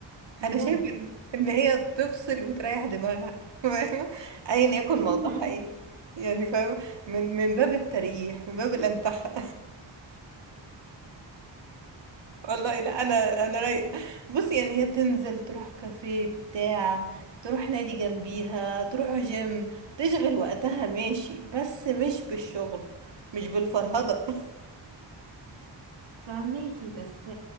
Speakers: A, on the right (about 80°); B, on the right (about 65°).
A: بجد
B: أنا شايفة إن إن هي تفصل وتريح دماغها <laughs> فاهمة أيا يكن
A: <laughs>
B: موضوعها ايه يعني فاهمة من من باب التريح من باب الأنتخة والله لا انا انا رايقه بصي يعني هي تنزل تروح كافيه بتاع تروح نادي جنبيها تروح جيم تشغل وقتها ماشي بس مش بالشغل مش بالفرهده <laughs>
A: فهماكي بس